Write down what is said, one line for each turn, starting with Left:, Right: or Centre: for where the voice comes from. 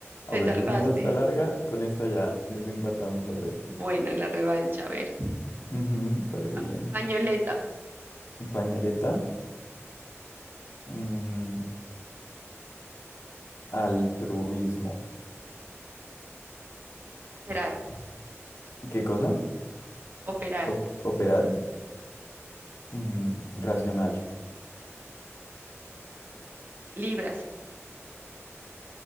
Left: A
Right: Te
Left: ver
Right: salvaste.
Left: si hacemos otra larga. Con esta ya desempatamos, a ver.
Right: Bueno, la revancha, a ver.
Left: Ujú, parece
Right: Pa-
Left: bien.
Right: pañoleta,
Left: Pañoleta. Mm, altruismo.
Right: operar,
Left: ¿Qué cosa?
Right: operar,
Left: Op- operar. Mm, racional.
Right: libras,